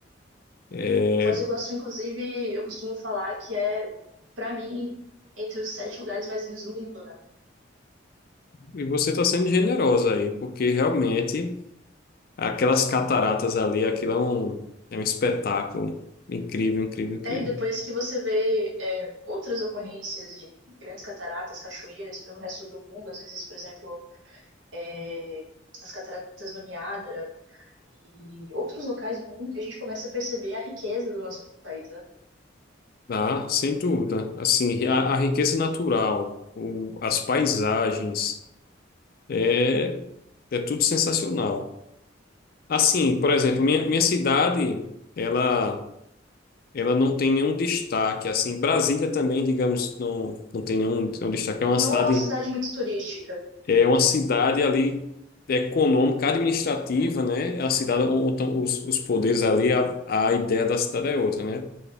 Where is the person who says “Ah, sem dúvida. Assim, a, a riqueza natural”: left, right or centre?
Left